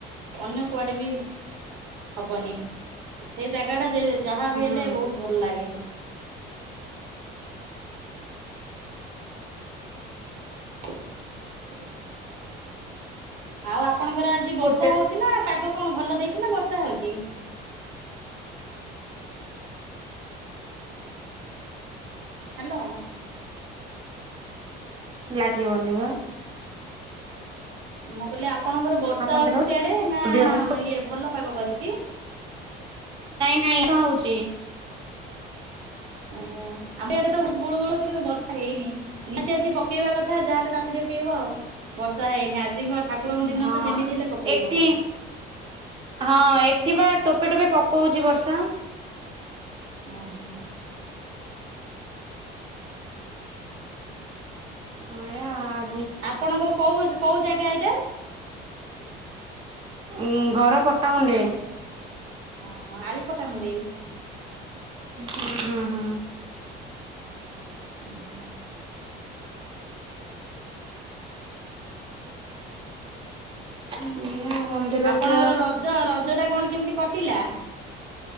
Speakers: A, on the right; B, on the right.
A: ଅନ୍ୟ କୁଆଡେ ବି ହବନି ସେଇ ଜାଗା ଟା ଯେ ଯାହା
B: ହୁଁ
A: ବି ହେଲେ ବହୁତ ଭଲ ଲାଗେ ହ <unintelligible> ଆଉ ଆପଣଙ୍କର ଆଜି ବର୍ଷା
B: ହୋଟେଲ
A: ହଉଛି ନା ପାଗ କଣ ଭଲ ଦେଇଛି ନା ବର୍ଷା ହଉଛି? ହ୍ୟାଲୋ
B: ଲାଗିବନି ବା
A: ମୁଁ କହିଲି ଆପଣଙ୍କର ବର୍ଷା
B: ମନ୍ଦିର
A: ହଉଛି ସିଆଡେ ନା
B: ଅଧିକ
A: ଇଏ ଭଲ ପାଗ କରିଛି?
B: ନାଇଁ ନାଇଁ ବର୍ଷା ହଉଛି
A: ଓହୋ ଆମେ ଏଆଡେ ତ ବହୁତ ଗୁଳୁଗୁଳୁ ହୋଉଛି କିନ୍ତୁ ବର୍ଷା ହେଇନି ନିହାତି ଆଜି ପକେଇବା କଥା ଯାହାହେଲେ ରାତିରେ ପକେଇବ ଆଉ ବର୍ଷା ହେଇନି ଆଜି ଙ୍ଗ ଠାକୁ ପକୁରଙ୍କ ଦିନରେ
B: ହଁ
A: ତ ଯେମିତି ହେଲେ ପକେଇବ
B: ଏଠି ହଁ ଏଠି ବା ଟୋପେ ଟୋପେ ପକଉଛି ବର୍ଷା
A: ଓ ହ
B: ଆୟା ଆ
A: ଆପଣଙ୍କର କୋଉ କୋଉ ଜାଗା ଏଇଟା?
B: ଉଁ ଘର ପଟାମୁଣ୍ଡେ
A: ଓହୋ ଆଳିପଟାମୁଣ୍ଡେଇ
B: ହୁଁ ହୁଁ ହୁଁ
A: ହୁଁ ହୁଁ
B: ହୁଁ ଏଇଆ ମନ୍ଦିର
A: ଆପଣଙ୍କର
B: ତ
A: ରଜ ରଜ ଟା କଣ କେମିତି କଟିଲା?